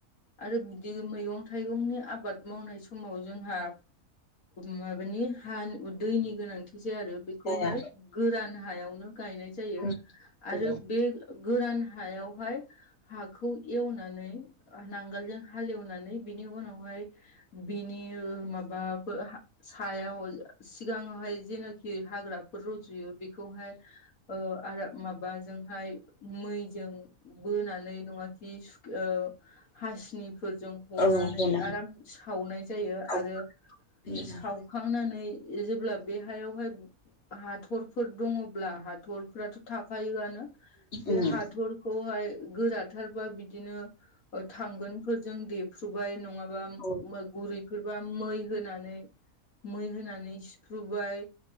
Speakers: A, on the left; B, on the left.
A: आरो बिदि मैगं थाइगंनि आबाद मावनाय समाव जोंहा माबानि हानि दैनि गोनांथि जाया आरो बेखौहाय
B: जाया
A: गोरान हायावनो गायनाय जायो
B: उम औ
A: आरो बे गोरान हायावहाय हाखौ एवनानै नांगोलजों हालेवनानै बिनि उनावहाय बिनि माब मा सायाव सिगाङावहाय जेनाखि हाग्राफोर रज'यो बेखौहाय ओ आरो माबाजोंहाय मैजों बोनानै नङाखि ओ हासिनिफोरजों हनानै
B: औ गोनां
A: आराम सावनाय जायो
B: औ
A: आरो
B: उम
A: सावखांनानै जेब्ला बे हायावहाय हाथरफोर दङब्ला हाथरफ्राथ' थाखायोआनो बे
B: उम
A: हाथरखौहाय गोराथारबा बिदिनो थांगोनफोरजों देफ्र्रुबाय नङाबा
B: औ
A: गुरैफोरबा मै होनानै मै होनानै सिफ्रुबाय